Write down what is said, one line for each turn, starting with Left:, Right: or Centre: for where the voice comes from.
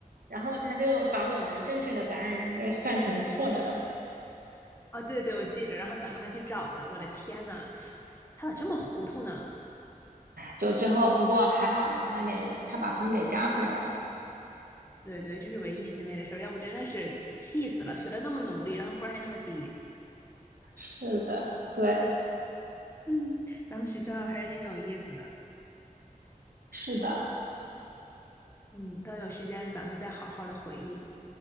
Right: 然后他就把我们正确的答案就算成错的了，
Left: 哦，对对，我记着。然后咱们还去找他，我的天呐，他咋这么糊涂呢？
Right: 就最后不过还好他给他把分给加回来了。
Left: 对对，这是唯一欣慰的事儿，要不真的是气死了。学了那么努力，然后分儿还那么低。
Right: 是的，对，
Left: 嗯，咱们学校还是挺有意思的。
Right: 是的，
Left: 嗯，等有时间咱们再好好的回忆。